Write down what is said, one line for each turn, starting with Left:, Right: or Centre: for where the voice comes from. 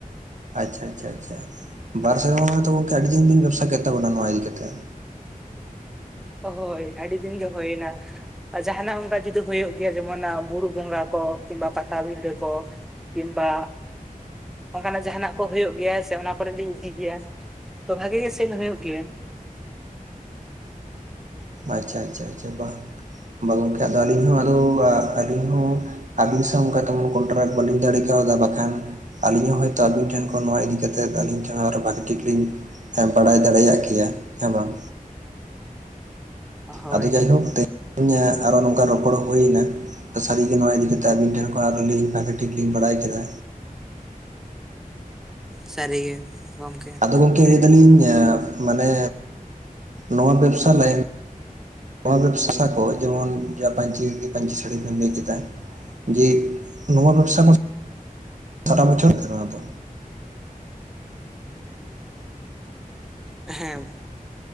Right: ᱟᱪᱷᱟ ᱟᱪᱷᱟ ᱟᱪᱷᱟ ᱵᱟᱨ ᱥᱮᱨᱢᱟ ᱢᱟᱱᱮ ᱛᱚ ᱜᱚᱝᱠᱮ ᱟᱹᱰᱤ ᱫᱤᱱ ᱵᱤᱱ ᱵᱮᱵᱽᱥᱟ ᱠᱮᱫ ᱛᱟᱵᱚᱱᱟ ᱱᱚᱣᱟ ᱤᱫᱤ ᱠᱟᱛᱮᱫ᱾
Centre: ᱦᱳᱭ ᱟᱹᱰᱤ ᱫᱤᱱ ᱜᱮ ᱦᱳᱭᱮᱱᱟ᱾ ᱟᱨ ᱡᱟᱦᱟᱸᱱᱟᱜ ᱚᱱᱠᱟ ᱡᱩᱫᱤ ᱦᱩᱭᱩᱜ ᱜᱮᱭᱟ ᱡᱮᱢᱚᱱ ᱵᱩᱲᱩ ᱵᱚᱝᱜᱟ ᱠᱚ ᱠᱤᱝᱵᱟ <unintelligible> ᱯᱟᱴᱟᱵᱤᱸᱫᱷᱟᱹ ᱠᱚ᱾ ᱠᱤᱝᱵᱟ ᱚᱱᱠᱟᱱᱟᱜ ᱡᱟᱦᱟᱸᱱᱟᱜ ᱠᱚ ᱦᱩᱭᱩᱜ ᱜᱮᱭᱟ ᱥᱮ ᱚᱱᱟ ᱠᱚᱨᱮ ᱞᱤᱧ ᱤᱫᱤ ᱜᱮᱭᱟ᱾ ᱛᱚ ᱵᱷᱟᱜᱮ ᱜᱮ ᱥᱮᱹᱞ ᱦᱩᱭᱩᱜ ᱜᱮᱭᱟ᱾
Right: ᱟᱪᱷᱟ ᱟᱪᱷᱟ ᱟᱪᱷᱟ ᱵᱟᱦ ᱵᱟᱦ ᱜᱚᱝᱠᱮ ᱟᱫᱚ ᱟᱹᱞᱤᱧ ᱦᱚᱸ ᱟᱫᱚ ᱟᱹᱞᱤᱧ ᱦᱚᱸ ᱚᱱᱠᱟ ᱛᱮᱢᱚᱱ ᱠᱚᱱᱴᱨᱟᱠᱴ ᱵᱟᱹᱞᱤᱧ ᱫᱟᱲᱮ ᱠᱟᱣᱫᱟ ᱵᱟᱠᱷᱟᱱ ᱟᱹᱞᱤᱧ ᱦᱚᱸ ᱦᱳᱭᱛᱚ ᱟᱹᱵᱤᱱ ᱴᱷᱮᱱ ᱠᱷᱚᱱ ᱱᱚᱣᱟ ᱤᱫᱤ ᱠᱟᱛᱮᱫ ᱟᱹᱞᱤᱧ ᱴᱷᱮᱱ ᱟᱨᱦᱚᱸ ᱵᱷᱟᱹᱜᱤ ᱴᱷᱤᱠ ᱞᱤᱧ ᱵᱟᱲᱟᱭ ᱫᱟᱲᱮᱭᱟᱜ ᱠᱮᱭᱟ ᱦᱮᱸ ᱵᱟᱝ᱾
Centre: ᱦᱳᱭ
Right: ᱟᱫᱚ ᱡᱟᱭᱦᱳᱠ ᱛᱮᱦᱮᱧ ᱟᱨᱦᱚ ᱱᱚᱝᱠᱟ ᱨᱚᱯᱚᱲ ᱦᱩᱭᱮᱱᱟ᱾ ᱥᱟᱹᱨᱤᱜᱮ ᱱᱚᱣᱟ ᱤᱫᱤ ᱠᱟᱛᱮᱫ ᱟᱵᱤᱱ ᱴᱷᱮᱱ ᱠᱷᱚᱱ ᱟᱨᱦᱚ ᱞᱤᱧ ᱵᱷᱟᱜᱮ ᱴᱷᱤᱠ ᱞᱤᱧ ᱵᱟᱲᱟᱭ ᱠᱮᱫᱟ᱾
Centre: ᱥᱟᱹᱨᱜᱮ ᱜᱚᱢᱠᱮ᱾
Right: ᱜᱚᱢᱠᱮ ᱞᱟᱹᱭ ᱮᱫᱟᱞᱤᱧ ᱢᱟᱱᱮ ᱱᱚᱣᱟ ᱵᱮᱵᱽᱥᱟ ᱞᱟᱭᱤᱱ ᱱᱚᱣᱟ ᱵᱮᱵᱽᱥᱟ ᱠᱚ ᱡᱮᱢᱚᱱ ᱡᱟᱦᱟᱸ ᱯᱟᱹᱧᱪᱤ ᱫᱷᱩᱛᱤ ᱯᱟᱹᱧᱪᱤ ᱥᱟᱹᱲᱤ ᱵᱮᱱ ᱞᱟᱹᱭ ᱠᱮᱫᱟ᱾ ᱡᱮ ᱱᱚᱣᱟ ᱵᱮᱵᱽᱥᱟ ᱠᱚ <inaudible> ᱥᱟᱨᱟ ᱵᱚᱪᱷᱚᱨ ᱠᱟᱱᱟ ᱛᱚ᱾
Centre: ᱦᱮᱸ᱾